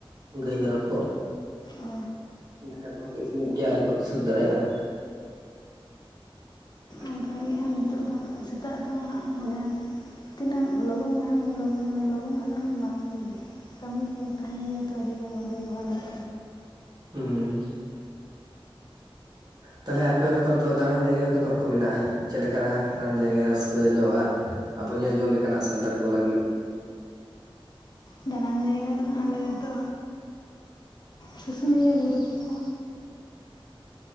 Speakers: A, on the right; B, on the left.
A: ᱜᱟᱹᱭ ᱢᱮᱨᱚᱢ ᱠᱚ᱾
B: ᱚ
A: ᱫᱟᱠᱟ ᱠᱚᱦᱚᱸ ᱠᱚ ᱤᱱᱚᱜ ᱜᱮᱭᱟ ᱟᱣᱨᱤ ᱠᱚ ᱥᱟᱹᱛ ᱫᱟᱲᱮᱭᱟᱜᱼᱟ᱾ <inaudible>
B: ᱚᱱᱠᱟ ᱜᱮ ᱦᱟᱸᱜ ᱱᱤᱛᱚᱜ ᱫᱚ ᱥᱮᱛᱟᱜ ᱫᱚ ᱦᱟᱸᱜ ᱢᱟᱱᱮ ᱛᱤᱱᱟᱹᱜ ᱞᱚᱜᱚᱱ ᱢᱟᱱᱮ ᱞᱚᱜᱚᱱᱚᱜ ᱨᱮᱦᱚᱸ ᱵᱟᱝ <unintelligible> ᱠᱟᱹᱢᱤ ᱠᱚ ᱛᱟᱦᱮᱸ ᱛᱚ ᱟᱹᱰᱤᱜᱟᱱ ᱩᱰᱩᱠᱚᱜᱼᱟ ᱚᱱᱟᱠ
A: ᱦᱩᱸ ᱛᱟᱦᱚᱞᱮ ᱟᱯᱮ ᱚᱱᱟ ᱠᱚᱨᱮ ᱫᱚ ᱫᱟᱬᱟᱱ ᱡᱟᱭᱜᱟ ᱚᱠᱟ ᱠᱚᱨᱮ ᱠᱚ ᱢᱮᱱᱟᱜᱼᱟ? ᱪᱮᱫ ᱞᱮᱠᱟᱱᱟᱜ ᱡᱟᱭᱜᱟ ᱨᱟᱹᱥᱠᱟᱹ ᱧᱚᱜ ᱟ ᱟᱵᱚ ᱧᱮᱞ ᱡᱚᱝ ᱞᱮᱠᱟᱱᱟᱜ ᱥᱟᱱᱛᱟᱲ ᱠᱚ ᱞᱟᱹᱜᱤᱫ᱾
B: ᱫᱟᱞᱟᱱ ᱡᱟᱭᱜᱟ ᱫᱚᱦᱟᱜ ᱟᱞᱮ ᱟᱹᱛᱚ ᱥᱩᱥᱩᱱᱤᱭᱟᱹ ᱵᱩᱨᱩ ᱠᱚ